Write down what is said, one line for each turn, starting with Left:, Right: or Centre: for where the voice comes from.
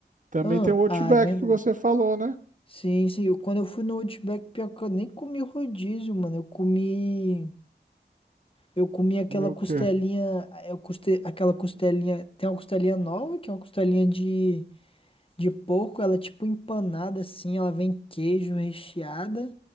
Right: também
Left: Ah,
Right: tem o Outback
Left: ah, é verdade.
Right: que você falou, né?
Left: Sim, sim. eu- Quando eu fui no Outback, pior que eu nem comi o rodízio, mano. Eu comi. Eu comi aquela
Right: Comeu
Left: costelinha,
Right: o quê?
Left: eu custe, aquela costelinha, tem uma costelinha nova, que é uma costelinha de, de porco, ela é tipo empanada assim, ela vem queijo recheada